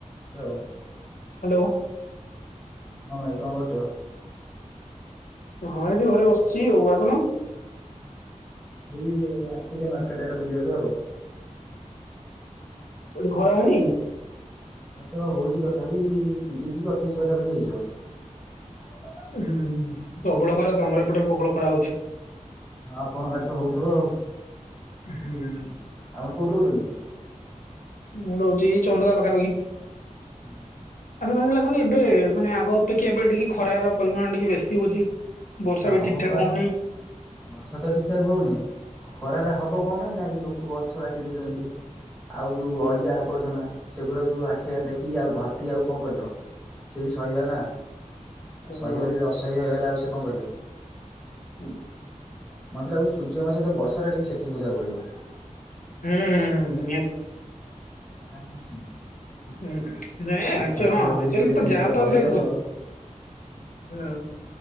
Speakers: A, in the centre; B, on the left.
A: Hello.
B: Hello.
A: ହଁ ଭାଇ କଣ କରୁଚ।
B: ହଁ ଏଠି ଘରେ ବସିଛି ଆଉ ଆପଣ।
A: ବି ଏଇ ଆସଚି ଟିକେ ମାର୍କେଟ ଆଡେ ବୁଲିବାକୁ ଆଉ।
B: ଏଇଠୀ ଖରା ହଉନି।
A: ନା ତ ହଉଛି ତଥାପି ତିରିଶ କି ଅଠେଇଶି ପାଖାପାଖି ହେଇଯିବ।
B: ହୁଁ ହୁଁ ପ୍ରବଳ ଖରା ତମର ଏପଟରେ ପ୍ରବଳ ଖରା ହଉଚି।
A: ଆପଣଙ୍କ ଆଡ଼େ ତ ହଉଥିବ ଆଉ।
B: ହୁଁ।
A: ଆପଣ କୋଉଠି ରହୁଛନ୍ତି।
B: ମୁଁ ରହୁଛି ଏଇ ଚନ୍ଦକା ପାଖାପାଖି।
A: ହୁଁ।
B: ଆଚ୍ଛା ତମକୁ ଲାଗୁନି ଏବେ ମାନେ ଆଗ ଅପେକ୍ଷା ଏବେ ଟିକେ ଖରାର ପରିମାଣ ଟିକେ ବେଶୀ ହଉଛି। ବର୍ଷା
A: ଆ
B: ବି
A: ହବ
B: ଠିକ ଠାକ
A: ପା
B: ହଉନି।
A: ବର୍ଷା ତ ଠିକଠାକ ହଉନି ଖରାରେ ହବ। ଙ୍କ ପାଇଁ କିନା ଲୋକ ଗଛ କାଟି ଦଉଛନ୍ତି। ଆଉ ଯୋଉ ଅଳିଆ ଆବର୍ଜନା ସେଗୁଡା ସବୁ ଆଖି ଆଗ ରେ ଦେଖିକି ଆଉ ଧରତି ଆଉ କଣ କରିବ। ସିଏ ବି ସହିବ ନା ଆଉ
B: ହଁ।
A: ସହିବାରେ ଯଦି ଅସହ୍ୟ ହେଇଗଲା ଆଉ ସେ କଣ କରିବ।
B: ହୁଁ।
A: ମତେ ଲାଗୁଛି ସୂର୍ଯ୍ୟଙ୍କ ସହିତ ବର୍ଷାରେ ଟିକେ ସେଟିଂ କରିବାଦବାକୁ ପଡିବ।
B: ହୁଁ ହୁଁ
A: <unintelligible> ତା କ ବୁଝ <unintelligible>
B: <unintelligible> ହଁଚୁଆ
A: ତାଙ୍କର ଯଦି ରିଲେସନସିପ୍
B: ତ ଯାହା
A: ଟା
B: ତ
A: ଭଲ
B: ବି ସେ
A: ଚାଲିବ
B: କହ <unintelligible> ହଁ